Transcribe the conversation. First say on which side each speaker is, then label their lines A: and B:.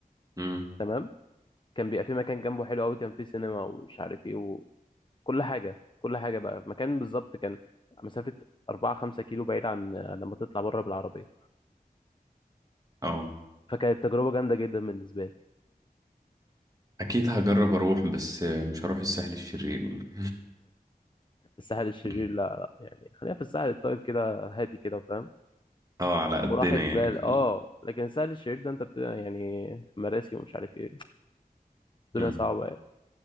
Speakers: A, on the right; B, on the left.
A: امم
B: تمام كان بيبقى في مكان جنبه حلو قوي كان فيه سينما ومش عارف ايه كل حاجة كل حاجة بقى مكان بالظبط كان مسافة أربعة خمسة كيلو بعيد عن لما تطلع بره بالعربية
A: اه
B: فكانت تجربة جامدة جدا بالنسبة لي
A: اكيد هجرب اروح بس مش هروح الساحل الشرير يعني
B: الساحل الشرير
A: <laughs>
B: لا لا يعني خلينا في الساحل الطيب كده هادي كده فاهم
A: اه على قدنا
B: وراحة بال
A: يعني في ال...
B: اه لكن الساحل الشرير ده انت بت... يعني مراسي ومش عارف ايه الدنيا
A: مم.
B: صعبة يعني.